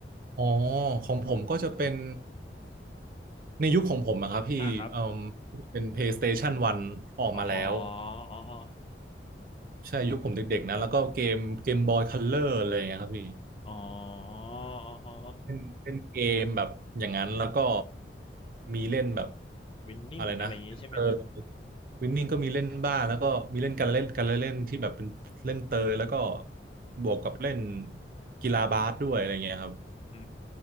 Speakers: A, on the right; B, on the left.
A: อ๋อของผมก็จะเป็นในยุคของผมอะครับพี่เอ่อ
B: อ่าครับ
A: เป็น PlayStation 1ออกมาแล้ว
B: อ๋ออ๋ออ๋อ
A: ใช่ยุคผมเด็กๆนะแล้วก็เกมเกมบอยคัลเลอร์อะไรอย่างเงี้ยครับพี่
B: อ๋ออ๋ออ๋อ
A: เป็นเป็นเกมแบบอย่างนั้นแล้วก็มีเล่นแบบ
B: วินนิ่งอะไรอย่างนี้ใช่ไหม
A: อะไรนะเออวินนิ่งก็มีเล่นบ้างแล้วก็มีเล่นการเล่นการเล่นที่แบบเป็นเล่นเตยแล้วก็บวกกับเล่นกีฬาบาสด้วยอะไรเงี้ยครับ
B: อื